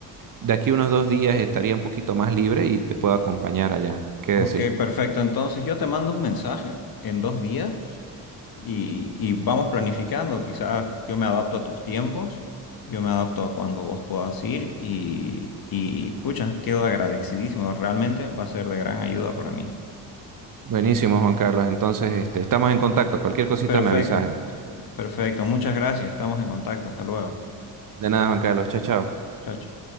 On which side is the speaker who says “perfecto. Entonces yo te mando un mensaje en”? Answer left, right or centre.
Left